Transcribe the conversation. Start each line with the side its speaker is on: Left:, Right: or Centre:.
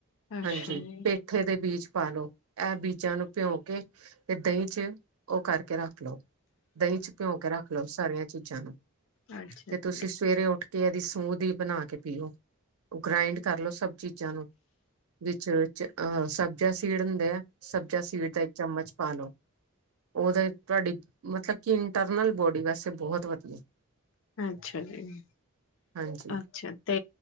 Left: ਅੱਛਾ
Right: ਹਾਂਜੀ
Left: ਜੀ
Right: ਪੇ ਮਠੇ ਦੇ ਬੀਜ ਪਾ ਲਓ ਇਹ ਬੀਜਾਂ ਨੂੰ ਭਿਉ ਕੇ ਤੇ ਦਹੀਂ ਚ ਉਹ ਕਰਕੇ ਰੱਖ ਰੱਖ ਲਓ ਦਹੀਂ ਚ ਭਿਉਂ ਕੇ ਰੱਖ ਲਓ ਸਾਰੀਆਂ ਚੀਜ਼ਾਂ ਨੂੰ
Left: ਅੱਛਾ
Right: ਤੇ ਤੁਸੀਂ
Left: ਜੀ,
Right: ਸਵੇਰੇ ਉੱਠ ਕੇ ਇਹਦੀ <unintelligible> ਦੀ ਬਣਾ ਕੇ ਪੀਓ ਗ੍ਰਾਇੰਡ ਕਰਲੋ ਸਭ ਚੀਜ਼ਾਂ ਨੂੰ ਵਿੱਚ ਅਹ ਸਦਿਆ ਸ ਸੀੜਨ ਸਬਜ਼ਾ ਸੀਡ ਦਾ ਇੱਕ ਚਮਚ ਪਾ ਲੋੋ ਉਹਦੇ ਤੁਹਾਡੀ ਮਤਲਬ ਕਿ ਇੰਟਰਨਲ ਬੋਡੀ ਵੈਸੇ ਬਹੁਤ ਵਧੀਆ
Left: ਅੱਛਾ ਜੀ
Right: ਹਾਂਜੀ
Left: ਅੱਛਾ ਤੇ